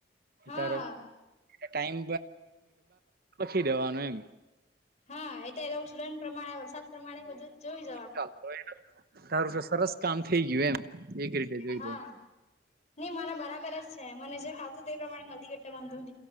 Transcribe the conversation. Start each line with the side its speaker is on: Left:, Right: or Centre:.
Left: હા
Right: ત્યારે ટાઈમ લખી દેવાનું એમ
Left: હા એ તો લોકો સુદડ પ્રમાણે વરસાદ પ્રમાણે બધું જોય
Right: ચાલ તો તારું કે સરસ કામ થઈ ગયું એમ એક રીતે જોઈ
Left: હા
Right: દ
Left: નઈ મને બરાબર જ છે મને જે ખાતું તે પ્રમાણે મધી ગટ્ટા વાંધો ન